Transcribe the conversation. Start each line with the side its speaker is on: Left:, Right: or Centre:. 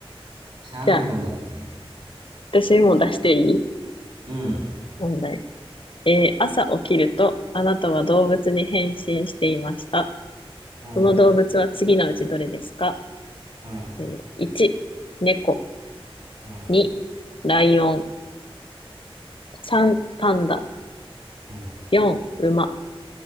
Right: しゃあないもんだって。
Left: じゃあ、私も出していい
Right: うん。
Left: 問題。えー朝起きると、あなたは動物に変身していました。
Right: うん、
Left: この動物は次のうちどれですか
Right: うん、
Left: えー、1、猫。
Right: うん、
Left: 2、ライオン。3、パンダ。
Right: うん。
Left: 4、馬。